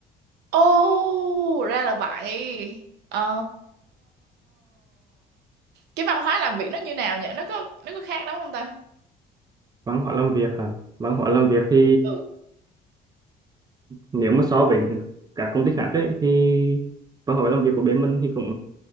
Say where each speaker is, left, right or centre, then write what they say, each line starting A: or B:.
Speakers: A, on the right; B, on the right.
A: Ồ, ra là vậy. Ờ. Cái văn hóa làm việc nó như nào nhỉ? Nó có nó có khác lắm không ta?
B: văn hóa làm việc hả văn hóa làm việc thì
A: Ừ.
B: nếu mà so với các công ty khác ấy, thì văn hóa làm việc của bên mình thì cũng